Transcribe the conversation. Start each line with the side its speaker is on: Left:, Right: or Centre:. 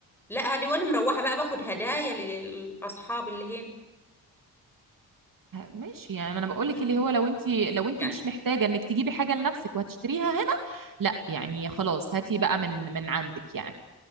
Centre: لا هدي وانا مروحة بقى باخد هدايا للاصحاب اللي هنا
Right: ماشي يعني ما انا بقول لك
Centre: مم.
Right: اللي هو لو انت لو انت
Centre: يعني
Right: مش محتاجه انك تجيبي حاجه لنفسك وهتشتريها هنا لا يعني خلاص هاتي بقى من من عندك يعني